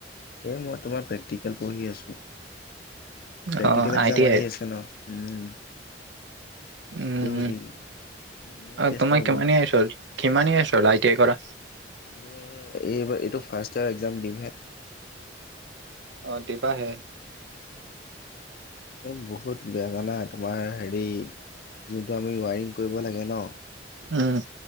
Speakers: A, on the left; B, on the right.
A: এই মই তোমাৰ practical পঢ়ি আছোঁ। প্ৰেক্টিকেল
B: অ
A: এক্সাম
B: আই টি
A: আহি
B: আইৰ
A: আছে ন উম!
B: উম!
A: থিয়ৰী
B: উম!
A: নিউন টেষ্টৰ
B: তোমাক কিমানি
A: ৱৰ্ক
B: ইয়েছ কিমানি ইয়েছ চলাইটে কৰা ।
A: মোৰ এইবাৰ এইটো ফাৰ্ষ্ট ইয়েৰ এক্সাম দিমহে।
B: অ দিবাহে।
A: উম, বহুত বেয়া জানা তোমাৰ হেৰি যোনটো আমি ৱাইৰিং কৰিব লাগে ন।
B: উম!